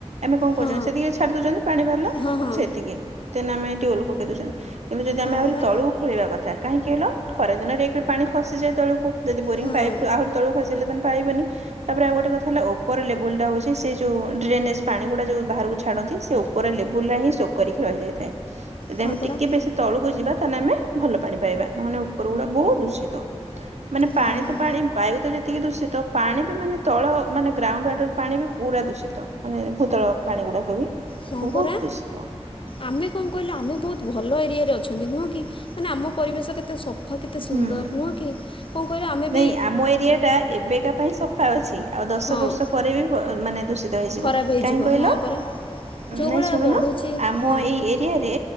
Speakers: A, on the right; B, on the left.
A: ଆମେ କଣ କରୁଛନ୍ତି
B: ହଁ
A: ସେତିକି ଛାଡ଼ି ଦଉଛନ୍ତି ପାଣି ବାହାରିଲା
B: ହଁ ହଁ
A: ସେତିକି। ତ ଆମେ ଟିଉଲ୍ ପକେଇ ଦଉଛନ୍ତି କିନ୍ତୁ ଯଦି
B: ହଁ
A: ଆମେ ଆହୁରି
B: ପରା।
A: ତଳକୁ ଖୋଳିବା କଥା କାହିଁକି କହିଲ? ଖରାଦିନରେ ଏକରେ ପାଣି ଖସିଯାଏ ତଳକୁ ଯଦି ବୋରିଂ
B: ହଁ।
A: ପାଇପ ଆହୁରି ତଳକୁ ଖସିଲେ ପାଇବନି। ତାପରେ ଆଉ ଗୋଟେ କଥା ହେଲା ଓପର ଲେବୁଲ ଟା ହଉଛି ସେ ଯଉ ଡ୍ରେନେଜ ପାଣି ଗୁଡା ଯୋଉ ବାହାରକୁ ଛାଡନ୍ତି ସେ ଉପର ଲେବୁଲରେ ହିଁ ଶୋକ କରିକି ରହିଯାଇଥାଏ। ଯଦି
B: ହଁ
A: ଆମେ
B: ପରା
A: ଟିକେ ବେଶି ତଳକୁ ଯିବା ତାହେଲେ ଆମେ ଭଲ ପାଣି ପାଇବା ନହେଲେ ଉପର ଗୁଡା ବହୁତ ଦୂଷିତ। ମାନେ
B: ହଁ।
A: ପାଣି ତ ପାଣି। ବାୟୁ ତ ଯେତିକି ଦୂଷିତ ପାଣି ବି ମାନେ ତଳ ମାନେ ଗ୍ରାଉଣ୍ଡ ୱାଟର ପାଣି ବି ପୁରା ଦୂଷିତ। ମାନେ ଭୂତଳ ପାଣି ଗୁଡାକ ବି।
B: ହଁ
A: ବହୁତ
B: ପରା।
A: ଦୂଷିତ
B: ଆମେ କଣ କହିଲେ ଆମେ ବହୁତ ଭଲ ଏରିଆରେ ଅଛନ୍ତି ନୁହଁ କି ମାନେ ଆମ ପରିବେଶ କେ ତେ ସଫା କେତେ ସୁନ୍ଦର
A: ହୁଁ।
B: ନୁହଁ କି କଣ କହିଲ ଆମେ।
A: ନାଇଁ
B: ବି
A: ଆମ ଏରିଆ ଟା ଏବେକା ପାଇଁ ସଫା ଅଛି ଆଉ ଦଶ
B: ହଁ।
A: ବର୍ଷ ପରେ ବି ମାନେ ଦୂ ଷିତ ହେଇଯିବ
B: ଖରାପ
A: କାହିଁ କହିଲ
B: ହଁ ପରା। ଯୋଉ
A: ନାଇଁ
B: ଭଳିଆ
A: ଶୁଣୁନ
B: ବଢୁଛି
A: ଆମ
B: ହଁ
A: ଏଇ ଏରିଆରେ।